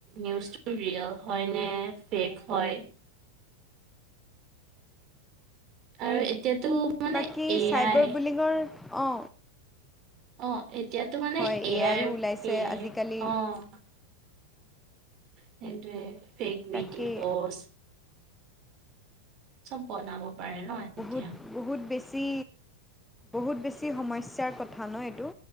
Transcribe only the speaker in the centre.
বাকী
চাইবাৰ
বিলিঙৰ অ'
হয়
আইও
ওলাইছে
আজিকালি
তাকেই
তাকেই
বহুত
বহুত বেছি, বহুত বেছি সমস্যাৰ কথা ন এইটো?